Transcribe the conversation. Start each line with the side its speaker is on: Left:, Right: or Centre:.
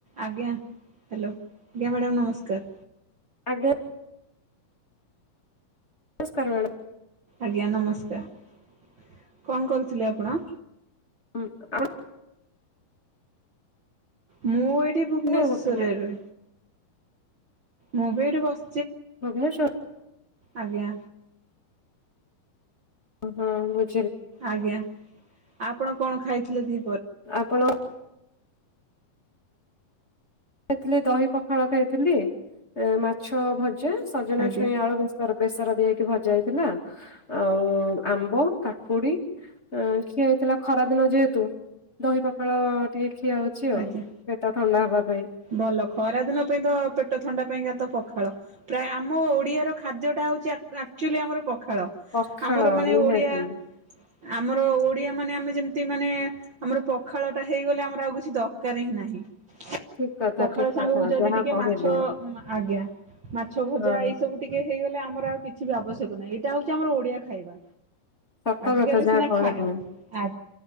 Right: ଆଜ୍ଞା ହ୍ୟାଲୋ ଆଜ୍ଞା ମ୍ୟାଡ଼ାାମ ନମସ୍କାର।
Left: ଆଞ। ନମସ୍କାର ମ୍ୟାଡ଼ମ୍।
Right: ଆଜ୍ଞା ନମସ୍କାର କଣ କରୁଥିଲେ ଆପଣ?
Left: ହଁ ଆ
Right: ମୁଁ ଏ ଭୁବନେଶ୍ୱଵରରେ
Left: ଆପଣ କଣ କରୁଥିଲେ
Right: ମୁଁ ବି ଏଇଠି ବସି
Left: ଭୁବନେଶ୍ୱ
Right: ଆଜ୍ଞା।
Left: ହଁ ବ
Right: ଆଜ୍ଞା। ଆପଣ କଣ ଖାଇଥିଲେ ଦି
Left: ଆପଣ ଖାଇଥିଲି ଦହି ପଖାଳ ଖାଇଥିଲି ମାଛ ଭଜା ସଜନା
Right: ଆଜ୍ଞା
Left: ଛୁଇଁ ଆଳୁ ବ୍ୟସର ବେସର ଦିଆଇକି ଭଜା ହେଇଥିଲା ଆଉ ଆମ୍ବ କାକୁୁଡି ଖିଆ ହେଇଥିଲା ଖରା ଦିନ ଯେହେତୁ ଦହି ପଖାଳ ଟିକେ ଦେଖି ଆାଉଛି ଆଉ
Right: ଆଜ୍ଞା
Left: ପେଟା ଥଣ୍ଡା ହେବା ପାଇଁ।
Right: ଭଲ ଖରା ଦିନ ପାଇଁ ତ ପେଟ ଥଣ୍ଡା ପାଇଁକା ତ ପଖାଳ ପ୍ରାୟ ଆମ ଓଡିଆର ଖାଦ୍ୟ ଟା ହଉଛି ଆକ୍ଚୁଲି ଆମର ଖେଳ
Left: ପଖାଳ
Right: ଆମର ମାନେ
Left: ନିହାତି
Right: ଓଡିଆ ଆମର ଓଡିଆ ମାନେ ଆମେ ଯେମିତି ମାନେ ଆମର ପଖାଳ ଟା ହେଇଗଲେ ଆମର ଆଉ କିଛି ଦରକାର ହିଁ ନାହିଁ। ପଖାଳ
Left: ଠିକ କଥା ଠିକ
Right: ସାଙ୍ଗକୁ
Left: କଥା
Right: ଯଦି
Left: ଯାହା
Right: ଟିକେ
Left: କହିଲେ
Right: ମାଛ ଆଜ୍ଞା ମାଛ ଭଜା
Left: ହଁ
Right: ଏଇ ସବୁ ଟିକେ ହେଇଗଲେ ଆ ଆମର ଆଉ କିଛି ବି ଆବଶ୍ୟକ ନାହିଁ ଏଇଟା ହଉଛି ଆମର ଓଡିଆ ଖାଇବା।
Left: ସତ
Right: ଆଜି
Left: କଥା
Right: କାଲି
Left: ଯାହା
Right: ସିନା
Left: କହିଲେ
Right: ଖାଇ ଆା